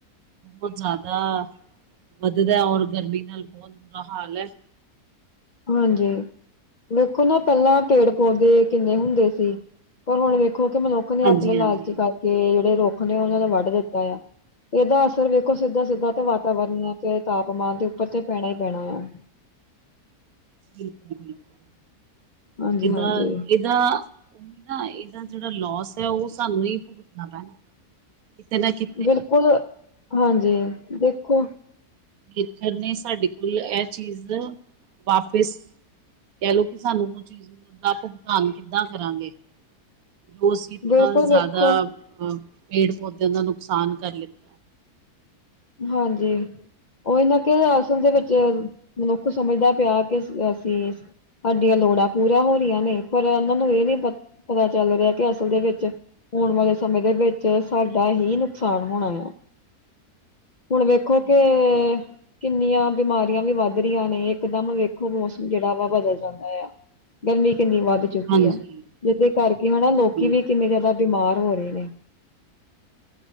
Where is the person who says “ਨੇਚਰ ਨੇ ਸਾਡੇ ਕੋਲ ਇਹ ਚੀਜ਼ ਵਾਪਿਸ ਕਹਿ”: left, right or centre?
Right